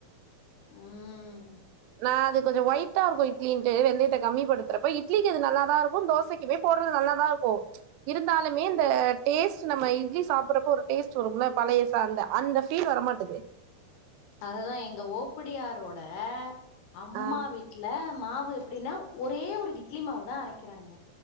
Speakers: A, on the left; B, on the right.
A: ம்
B: நா அது கொஞ்சொ ஒயிட்டா இருக்கு இட்லின்ட்டு வெந்தயத்த கம்மிப்படுத்துறப்ப இட்லிக்கு அது நல்லாதா இருக்கு தோசை இவே போடுறது நல்லாதா இருக்கு இருந்தாலுமே இந்த டேஸ்ட் நம்ம இட்லி சாப்பிடுறப்ப ஒரு டேஸ்ட் வரும்ல பழைய அந்த அந்த ஃபீல் வர மாட்டது
A: அததுதா எங்க ஓப்படியாரோட அம்மா
B: ஆ
A: வீட் ட்ல மாவு எப்படின்னா ஒரே ஒரு இட்லி மாவுதா அரைக்கிறாங்க